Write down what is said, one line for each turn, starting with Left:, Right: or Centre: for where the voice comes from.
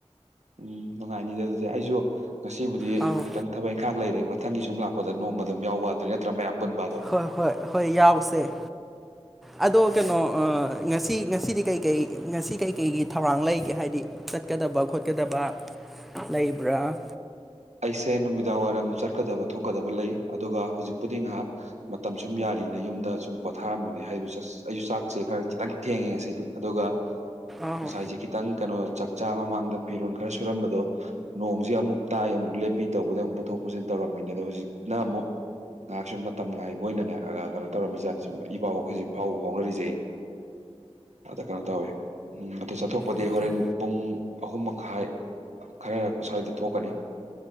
Right: ꯎꯝ ꯅꯨꯡꯉꯥꯏꯅꯤꯗꯦ ꯑꯗꯨꯗꯤ ꯑꯩꯁꯨ ꯉꯁꯤꯕꯨꯗꯤ
Centre: ꯑꯧ
Right: ꯈꯤꯇꯪ ꯊꯕꯛ ꯏꯪꯈꯥꯡ ꯂꯩꯔꯦ ꯃꯊꯪꯒꯤ ꯁꯨꯝ ꯂꯥꯛꯄꯗ ꯅꯣꯡꯃ ꯑꯗꯨꯝ ꯌꯥꯎꯕ ꯑꯗꯨꯅꯤ ꯅꯠꯇ꯭ꯔꯥ ꯃꯌꯥꯝ ꯄꯨꯟꯕ ꯑꯗꯣ
Centre: ꯍꯣꯏ ꯍꯣꯏ ꯍꯣꯏ ꯌꯥꯎꯁꯦ ꯑꯗꯣ ꯀꯩꯅꯣ ꯉꯁꯤ ꯉꯁꯤꯗꯤ ꯀꯩꯀꯩ ꯉꯁꯤ ꯀꯩꯀꯩꯒꯤ ꯊꯧꯔꯥꯡ ꯂꯩꯒꯦ ꯍꯥꯏꯗꯤ ꯆꯠꯀꯗꯕ ꯈꯣꯠꯀꯗꯕ ꯂꯩꯕ꯭ꯔꯥ
Right: ꯑꯩꯁꯦ ꯅꯨꯃꯤꯗꯥꯡ ꯋꯥꯏꯔꯝ ꯆꯠꯀꯗꯕ ꯊꯣꯛꯀꯗꯕ ꯂꯩ ꯑꯗꯨꯒ ꯍꯧꯖꯤꯛꯄꯨꯗꯤ ꯉꯥꯏꯍꯥꯛ ꯃꯇꯝ ꯁꯨꯝ ꯌꯥꯔꯤꯅꯦ ꯌꯨꯝꯗ ꯁꯨꯝ ꯄꯣꯊꯥꯔꯝꯕꯅꯦ ꯍꯥꯏ ꯑꯩꯁꯨ ꯆꯥꯛꯁꯦ ꯈꯔ ꯈꯤꯇꯪ ꯊꯦꯡꯉꯦ ꯑꯁꯤꯗꯤ ꯑꯗꯨꯒ
Centre: ꯑꯧ
Right: ꯉꯁꯥꯏꯁꯦ ꯈꯤꯇꯪ ꯀꯩꯅꯣ ꯆ ꯆꯥ ꯃꯃꯥꯡꯗ ꯐꯤꯔꯣꯜ ꯈꯔ ꯁꯨꯔꯝꯕꯗꯣ ꯅꯣꯡꯁꯦ ꯑꯃꯨꯛ ꯇꯥꯏ ꯑꯃꯨꯛ ꯂꯦꯞꯄꯤ ꯇꯧꯕꯗ ꯑꯃꯨꯛ ꯄꯨꯊꯣꯛ ꯄꯨꯁꯤꯟ ꯇꯧꯔꯝꯃꯤꯅꯦ ꯑꯗꯣ ꯍꯧꯖꯤꯛꯅ ꯑꯃꯨꯛ ꯉꯥꯏꯍꯥꯛꯁꯨ ꯃꯥꯇꯝ ꯉꯥꯏꯕ ꯑꯣꯏꯅꯅꯦ ꯀꯩꯅꯣ ꯇꯧꯔꯝꯃꯤꯖꯥꯠꯅꯤ ꯁꯨꯝ ꯏ ꯄꯥꯎ ꯑꯩꯈꯣꯏꯁ ꯐꯥꯎ ꯐꯥꯎꯅꯔꯤꯖꯩ ꯑꯗ ꯀꯩꯅꯣ ꯇꯧꯋꯦ ꯎꯝ ꯑꯗꯨ ꯆꯠꯊꯣꯛꯄꯗꯤ
Centre: ꯑꯣꯀꯦ
Right: ꯍꯣꯔꯦꯟ ꯄꯨꯡ ꯑꯍꯨꯝ ꯃꯈꯥꯏ ꯈꯔꯔꯛꯄ ꯁ꯭ꯋꯥꯏꯗ ꯊꯣꯛꯀꯅꯤ